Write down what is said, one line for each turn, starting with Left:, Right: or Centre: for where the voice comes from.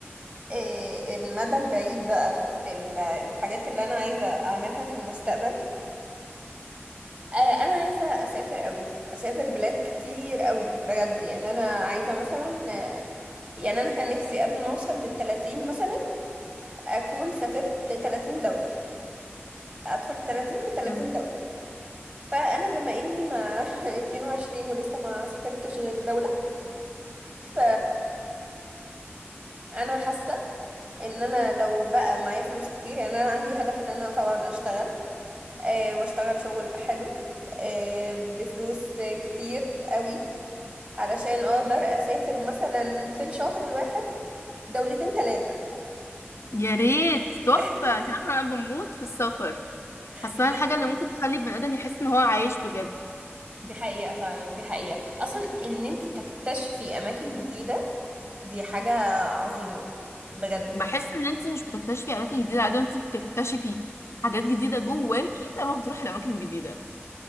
Right: آه المدى البعيد بقى في ال- الحاجات اللي انا عايزه اعملها في المستقبل آه انا عايزه اسافر قوي اسافر بلاد كتير قوي بجد يعني انا عايزه مثلا آه يعني انا كان نفسي قبل ما اوصل للتلاتين مثلا اكون سافرت تلاتين دوله ادخل التلاتين بتلاتين
Left: يلا.
Right: دوله فانا بما اني ما <laughs> 22 ولسه ما سافرتش غير دوله ف انا حاسه ان انا لو بقى معايا فلوس كتير يعني انا عندي هدف ان انا طبعا اشتغل أه واشتغل شغل حلو أه بفلوس كتير قوي علشان اقدر اسافر مثلا في الشهر الواحد دولتين ثلاثة
Left: يا ريت تحفه
Right: <laughs>
Left: انت عارفه انا بموت في السفر حاسه
Right: ايه ده
Left: الحاجه اللي ممكن تخلي البني ادم يحس ان هو عايش بجد
Right: دي حقيقة فعلا دي حقيقة اصلا ان انت تكتشفي اماكن جديدة دي حاجة عظيمة بجد
Left: بحس ان انت مش بتكتشفي اماكن جديده قد ما انت بتكتشفي حاجات جديده جواكي لما بتروحي الاماكن الجديده